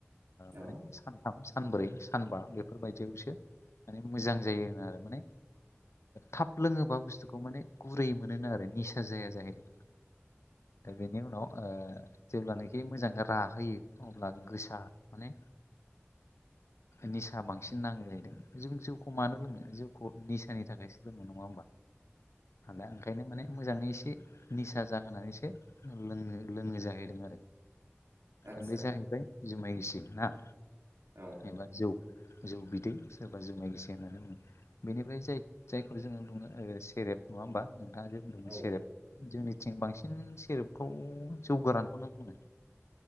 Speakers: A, on the left; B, on the right.
A: माने
B: औ
A: सानथाम सानब्रै सानबा बेफोरबायदि यावसो माने मोजां जायो आरो माने थाब लोङोबा बुस्थुखौ माने गुरै मोनोनो आरो निसा जाया जाहैदों। दा बेनि उनाव जेब्लानोाखि मोजां रा होयो अब्ला गोसा माने निसा बांसिन नांगौ जाहैदों जों जौखौ मानो लोङो जउखौ निसानि थाखायसो लोङो नङा होमबा? दा ओंखायनो माने मोजाङै एसे निसा जाहोनानैसो लों लोङो जाहैदों आरो।
B: आदसा
A: द बे जाहैबाय जुमाय गिसि ना।
B: औ।
A: जेनेबा जौ जौ बिदै सोरबा जुमाय गोसो होननानै बुङो। बेनिफ्राय जाय जायखौ जोङो बुङो सेरेप नङा होमबा नोंथाङा जे बुंदोंमोन
B: औ
A: सेरेप जोंनिथिं बांसिन सेरेपखौ जौ गोरानखौनो बुङो।